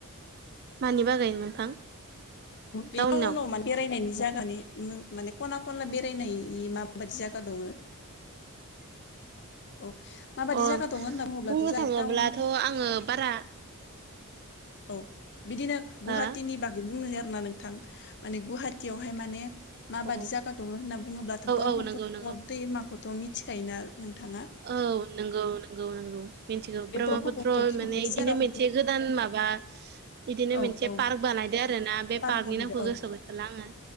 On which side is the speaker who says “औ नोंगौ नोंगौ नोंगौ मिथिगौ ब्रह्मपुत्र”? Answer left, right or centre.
Right